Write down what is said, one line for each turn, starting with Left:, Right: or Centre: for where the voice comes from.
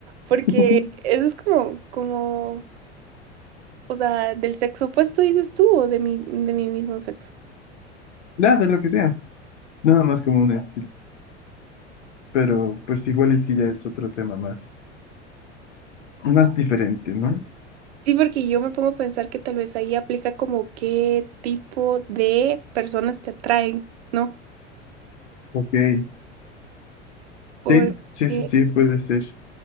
Right: porque
Left: <laughs>
Right: eso es como, como, o sea, del sexo opuesto dices tú o de mi, de mi mismo sexo.
Left: Nada, de lo que sea. Nada más como un estilo. Pero pues igual y sí ya es otro tema más, más diferente, ¿no?
Right: Sí, porque yo me pongo a pensar que tal vez ahí aplica como qué tipo de personas te atraen, ¿no?
Left: Ok. Sí,
Right: Porque
Left: sí, sí, sí, puede ser.